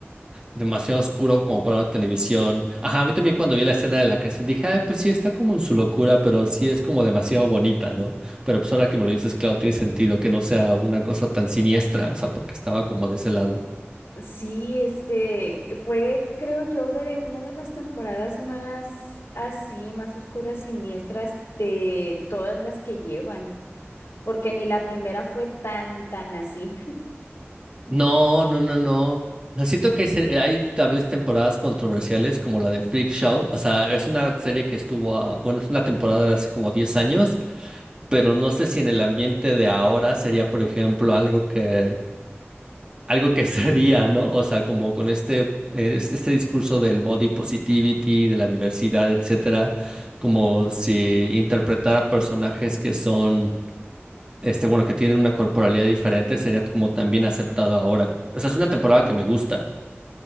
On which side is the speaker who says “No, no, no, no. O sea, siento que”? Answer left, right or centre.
Right